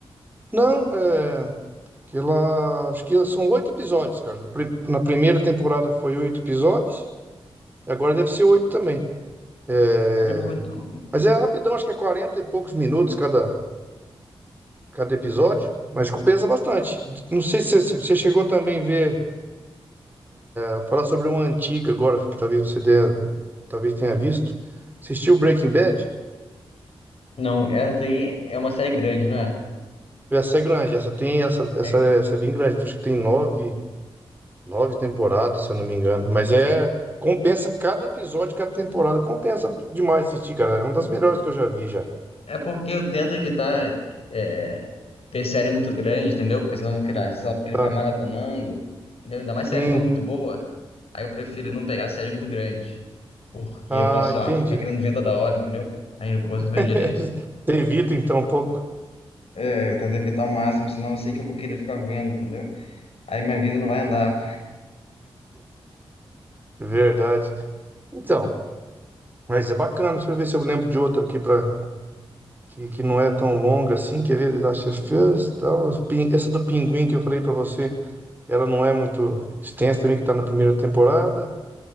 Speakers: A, on the right (about 20°); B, on the left (about 70°).
A: não, é, que ela, acho que são oito episódios, cara. No pri- Na primeira temporada foi oito episódios, e agora deve ser oito também. É,
B: É de boa, então.
A: mas é rapidão, acho que é 40 e poucos minutos cada, cada episódio, mas compensa bastante. Não sei se você você chegou também a ver. Vou falar sobre uma antiga agora, que talvez você dê- talvez tenha visto. Assistiu Breaking Bad?
B: Não, essa aí é uma série grande, não é?
A: Essa é grande, essa tem essa, essa,
B: É,
A: é- essa é bem grande. então Acho que tem nove, nove temporadas, se eu não me engano. Mas é compensa cada episódio, cada temporada. Compensa demais assistir, cara. É uma das melhores que eu já vi já.
B: é porque eu tento evitar é, ter série muito grande, entendeu? Porque senão eu vou querer, sei lá, vou querer
A: Ah,
B: ficar maratonando, entendeu? Ainda mais
A: Sim.
B: se a série for muito boa, aí eu prefiro não pegar série muito grande. Porque
A: Ah,
B: eu posso, sei
A: entendi.
B: lá, ficar querendo ver toda hora, entendeu? Aí eu não consigo
A: <laughs>
B: ver direito.
A: Você evita então um pouco.
B: É, eu tento evitar o máximo, senão eu sei que eu vou querer ficar vendo, entendeu? Aí minha vida não vai andar.
A: Verdade. Então, mas é bacana. Deixa eu ver se eu lembro de outra aqui para que, que não é tão longa assim, quer ver? The Last of Us, tal. Os pin- Essa do Pinguim que eu falei pra você, ela não é muito extensa também, que tá na primeira temporada.